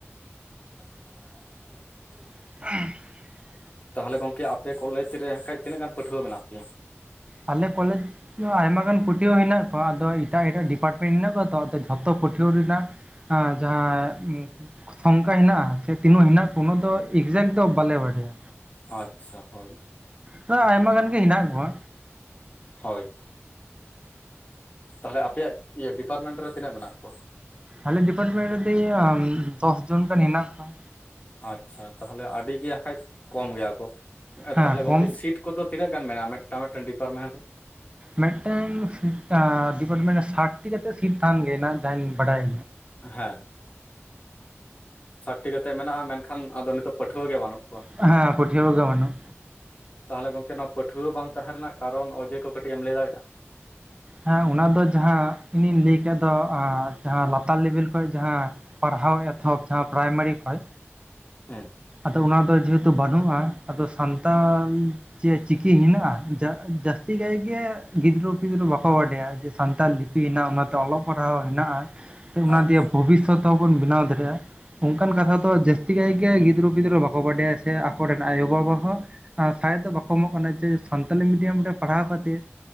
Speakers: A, on the left; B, on the right.
A: <inaudible>
B: <inaudible>
A: ᱛᱟᱦᱞᱮ ᱜᱚᱝᱠᱮ ᱟᱯᱮ ᱠᱚᱞᱮᱡᱽ ᱨᱮ ᱠᱷᱟᱡ ᱛᱤᱱᱟᱹᱜ ᱜᱟᱱ ᱯᱟᱹᱴᱷᱩᱣᱟᱹ ᱢᱮᱱᱟᱜ ᱯᱮᱭᱟ
B: ᱟᱞᱮ ᱠᱚᱞᱮᱡᱽ ᱟᱭᱢᱟ ᱜᱟᱱ ᱯᱟᱹᱴᱷᱩᱹᱣᱟᱹ ᱦᱮᱱᱟᱜ ᱠᱚᱣᱟ ᱟᱫᱚ ᱮᱴᱟᱜ ᱮᱴᱟᱜ ᱰᱤᱯᱟᱨᱴᱢᱮᱱᱴ ᱦᱮᱱᱟᱜ ᱠᱚᱣᱟ ᱛᱚ ᱟᱫᱚ ᱡᱷᱚᱛᱚ ᱯᱟᱹᱴᱷᱩᱣᱟᱹ ᱨᱮᱱᱟᱜ ᱦᱮᱸ ᱡᱟᱦᱟᱸ ᱚᱝᱠᱟ ᱦᱮᱱᱟᱜᱼᱟ ᱥᱮ ᱛᱤᱱᱟᱹᱜ ᱢᱮᱱᱟᱜᱼᱟ ᱠᱚᱣᱟ ᱩᱱᱟᱹᱜ ᱫᱚ ᱮᱠᱡᱟᱠᱴ ᱫᱚ ᱵᱟᱞᱮ ᱵᱟᱰᱟᱭᱟ
A: ᱟᱪᱪᱷᱟ ᱦᱳᱭ
B: ᱛᱚ ᱟᱭᱢᱟ ᱜᱟᱱ ᱜᱮ ᱦᱮᱱᱟᱜ ᱠᱚᱣᱟ
A: ᱦᱳᱭ ᱛᱟᱞᱦᱮ ᱟᱯᱮᱭᱟᱜ ᱤᱭᱟᱹ ᱰᱤᱯᱟᱨᱢᱮᱱᱴ ᱨᱮ ᱛᱤᱱᱟᱹᱜ ᱢᱮᱱᱟᱜ ᱠᱚᱣᱟ
B: ᱟᱞᱮ ᱰᱤᱯᱟᱨᱴᱢᱮᱱᱴ ᱨᱮᱫᱚ ᱦᱩᱭᱩᱜᱼᱟ ᱫᱚᱥ ᱡᱚᱱ ᱜᱟᱱ ᱦᱮᱱᱟᱜ ᱠᱚᱣᱟ
A: ᱟᱪᱪᱷᱟ ᱛᱟᱦᱚᱞᱮ ᱟᱹᱰᱤ ᱜᱮ ᱠᱷᱟᱡ ᱠᱚᱢ ᱜᱮᱭᱟ ᱠᱚ
B: ᱦᱮᱸ
A: ᱛᱟᱦᱚᱞᱮ
B: ᱠᱚᱢ
A: ᱜᱚᱝᱠᱮ ᱥᱤᱴ ᱠᱚᱫᱚ ᱛᱤᱱᱟᱹᱜ ᱜᱟᱱ ᱢᱮᱱᱟᱜᱼᱟ ᱢᱮᱫᱴᱟᱝ ᱢᱮᱫᱴᱟᱝ ᱰᱤᱯᱟᱨᱴᱢᱮᱱᱴ ᱨᱮ
B: ᱢᱤᱫᱴᱮᱱᱴ ᱰᱤᱯᱟᱨᱴᱢᱮᱱᱴ ᱥᱟᱴ ᱴᱤ ᱠᱟᱛᱮᱫ ᱥᱤᱴ ᱛᱟᱸᱦᱮᱱ ᱜᱮᱭᱟ ᱱᱟᱜ ᱡᱟᱦᱟᱧ ᱵᱟᱰᱟᱭ
A: ᱦᱮᱸ ᱥᱟᱴᱴᱤ ᱠᱟᱛᱮ ᱢᱮᱱᱟᱜᱼᱟ ᱢᱮᱱ ᱠᱷᱟᱱ ᱟᱫᱚ ᱱᱤᱛᱚᱜ ᱯᱟᱹᱴᱷᱩᱣᱟᱹ ᱜᱮ ᱵᱟᱹᱱᱩᱜ ᱠᱚᱣᱟ
B: ᱦᱮᱸ ᱯᱟᱴᱷᱩᱣᱟᱹ ᱠᱚᱜᱮ ᱵᱟᱹᱱᱩᱜ
A: ᱛᱟᱦᱞᱮ ᱜᱚᱝᱠᱮ ᱚᱱᱟ ᱯᱟᱹᱴᱷᱩᱣᱟᱹ ᱵᱟᱝ ᱛᱟᱦᱮᱸ ᱨᱮᱱᱟᱜ ᱠᱟᱨᱚᱱ ᱚᱡᱮ ᱠᱚ ᱠᱟᱹᱴᱤᱡ ᱮᱢ ᱞᱟᱹᱭ ᱫᱟᱲᱮᱭᱟᱜᱼᱟ
B: ᱦᱮᱸ ᱚᱱᱟ ᱫᱚ ᱡᱟᱦᱟᱸ ᱤᱧᱤᱧ ᱞᱟᱹᱭ ᱠᱮᱫ ᱫᱚ ᱮᱸᱻ ᱡᱟᱦᱟᱸ ᱞᱟᱛᱟᱨ ᱞᱮᱵᱮᱞ ᱠᱷᱚᱡ ᱡᱟᱦᱟᱸ ᱯᱟᱲᱦᱟᱣ ᱮᱛᱚᱦᱚᱵ ᱡᱟᱦᱟᱸ ᱯᱨᱟᱭᱢᱟᱨᱤ ᱠᱷᱚᱡ
A: ᱦᱮᱸ
B: ᱟᱫᱚ ᱚᱱᱟᱫᱚ ᱡᱮᱦᱮᱛᱩ ᱵᱟᱹᱱᱩᱜᱼᱟ ᱟᱫᱚ ᱥᱟᱱᱛᱟᱞ ᱡᱮ ᱪᱤᱠᱤ ᱦᱮᱱᱟᱜᱼᱟ ᱡᱟᱜ ᱡᱟᱹᱥᱛᱤ ᱠᱟᱭ ᱜᱮ ᱜᱤᱫᱽᱨᱟᱹ ᱯᱤᱫᱽᱨᱟᱹ ᱵᱟᱠᱚ ᱵᱟᱰᱟᱭᱟ ᱡᱮ ᱥᱟᱱᱛᱟᱞ ᱞᱤᱯᱤ ᱦᱮᱱᱟᱜᱼᱟ ᱚᱱᱟ ᱛᱮ ᱚᱞᱚᱜ ᱯᱟᱲᱦᱟᱣ ᱦᱮᱱᱟᱜᱼᱟ
A: ᱦᱮᱸ
B: ᱚᱱᱟ ᱫᱤᱭᱮ ᱵᱷᱚᱵᱤᱥᱥᱚᱛ ᱦᱚᱸᱵᱚᱱ ᱵᱮᱱᱟᱣ ᱫᱟᱲᱮᱭᱟᱜᱼᱟ ᱚᱱᱠᱟᱱ ᱠᱟᱛᱷᱟ ᱫᱚ ᱡᱟᱹᱥᱛᱤ ᱠᱟᱭ ᱜᱮ ᱜᱤᱫᱽᱨᱟᱹ ᱜᱤᱫᱽᱨᱟᱹ ᱵᱟᱠᱚ ᱵᱟᱰᱟᱭᱟ ᱥᱮ ᱟᱠᱚ ᱨᱮᱱ ᱟᱭᱚ ᱵᱟᱵᱟ ᱦᱚᱸ ᱥᱟᱭ ᱫᱚ ᱵᱟᱠᱚ ᱮᱢᱚᱜ ᱠᱟᱱᱟ ᱡᱮ ᱥᱟᱱᱛᱟᱞᱤ ᱢᱤᱰᱤᱭᱟᱢ ᱨᱮ ᱯᱟᱲᱦᱟᱣ ᱠᱟᱛᱮᱫ